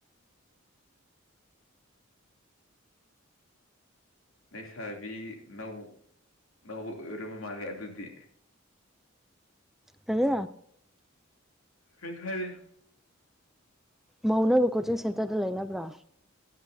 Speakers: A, on the left; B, in the centre.
A: ꯅꯩꯁꯥꯕꯤ ꯅꯧ ꯅꯧꯕ ꯑꯣꯏꯔꯃ ꯃꯥꯜꯂꯦ ꯑꯗꯨꯗꯤ
B: ꯀꯔꯤ
A: ꯀꯤꯁꯨ ꯍꯥꯏꯗ°
B: ꯃꯩꯅꯕ ꯀꯣꯆꯤꯡ ꯁꯦꯟꯇꯔꯗ ꯂꯩꯅꯕ꯭ꯔꯥ